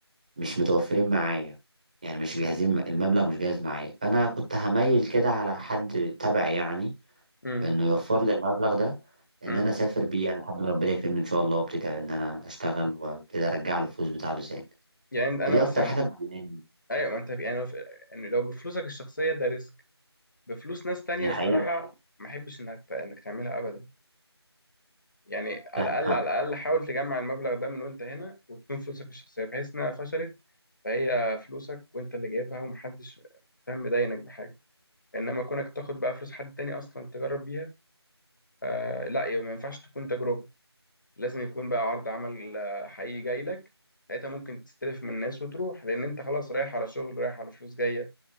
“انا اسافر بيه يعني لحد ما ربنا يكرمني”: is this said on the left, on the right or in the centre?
Right